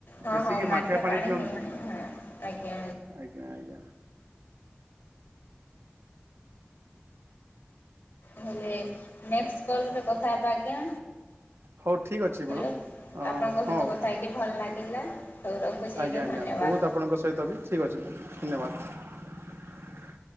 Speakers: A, on the left (about 75°); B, on the right (about 80°).
A: ହଁ
B: ବେଶିକି
A: ହଁ
B: ମାଠିଆ ପାଣି ପିଅନ୍ତୁ
A: ହିଁ ହଁ ଆଜ୍ଞା
B: ଆଜ୍ଞା ଆଜ୍ଞା
A: ହେଲେ ନେକ୍ସଟ କଲରେ କଥା ହେବା ଆଜ୍ଞା
B: ହଉ ଠିକ ଅଛି
A: ହ୍ୟାଲୋ।
B: ମ୍ୟାଡ଼ମ୍
A: ଆପଣଙ୍କ
B: ହଉ
A: ସହିତ କଥା ହେଇକି ଭଲ ଲାଗିଲା ହଉ ରଖୁଛି
B: ଆଜ୍ଞା ଆଜ୍ଞା
A: ଧନ୍ୟବାଦ।
B: ବହୁତ ଆପଣଙ୍କ ସହିତ ବି ଠିକ୍ ଅଛି୍ ମାମ୍ ଧନ୍ୟବାଦ